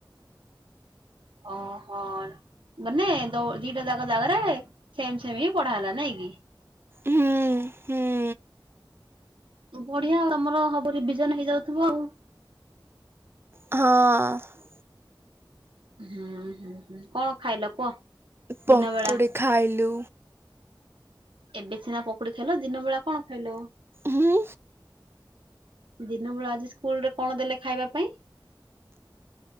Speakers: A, on the right; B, on the right.
A: ଓହୋ ମାନେ ଦିଟା ଯାକ ଜାଗାରେ ସେମ ସେମ ବି ପଢା ହେଲା ନାଇଁ କି?
B: ହୁଁ ହୁଁ
A: ବଢିଆ ଆ ତମର ସବ ରିବିଜନ ହେଇଯାଉଥିବ ଆଉ।
B: ହଁ
A: ହୁଁ ହୁଁ ହୁଁ କଣ ଖାଇଲ କୁହ? ଦିନ
B: ପକ୍,
A: ବେଳା?
B: କୁଡ଼ି ଖାଇଲୁ।
A: ଏବେ ସିନା ପକୁଡି, ଖାଇଲ ୲ ଦିନ ବେଳା, କଣ ଖାଇଲ?
B: ହୁଁ
A: ଦିନ ବେଳା, ଆଜି ସ୍କୁଲରେ କଣ, ଦେଲେ ଖାଇବା ପାଇଁ?